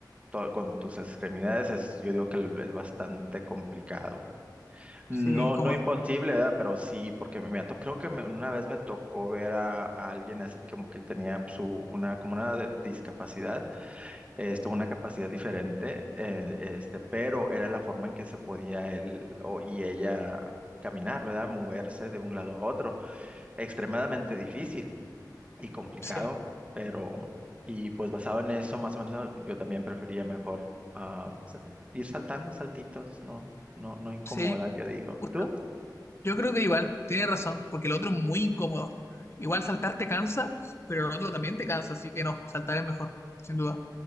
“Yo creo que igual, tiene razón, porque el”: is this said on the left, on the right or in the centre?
Left